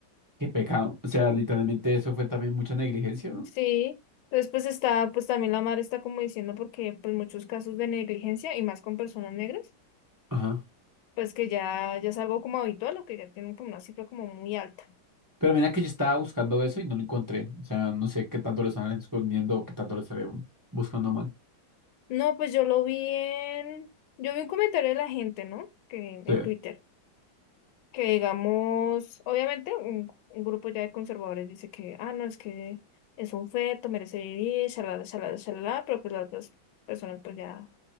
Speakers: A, on the right; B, on the left.
A: Qué pecado. O sea, literalmente eso fue también mucha negligencia, ¿no?
B: Sí, entonces pues está, pues también la madre está como diciendo porque pues muchos casos de negligencia y más con personas negras,
A: Ajá.
B: pues que ya, ya es algo como habitual o que ya tienen como una cifra como muy alta.
A: Pero mira que yo estaba buscando eso y no lo encontré. O sea, no sé qué tanto lo están escondiendo o qué tanto lo estarían buscando mal.
B: No, pues yo lo vi en, yo vi un comentario de la gente, ¿no? Que en
A: Sí,
B: Twitter que digamos, obviamente un, un grupo ya de conservadores dice que, ah, no, es que es un feto, merece vivir, shalala, shalala, shalala, pero pues las otras personas pues ya,